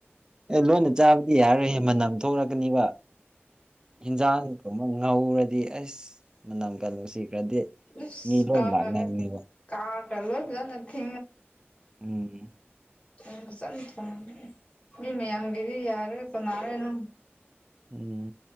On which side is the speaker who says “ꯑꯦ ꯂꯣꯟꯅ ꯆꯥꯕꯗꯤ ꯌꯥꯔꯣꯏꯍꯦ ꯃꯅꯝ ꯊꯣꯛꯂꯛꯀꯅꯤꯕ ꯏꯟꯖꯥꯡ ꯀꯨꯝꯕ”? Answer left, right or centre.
Right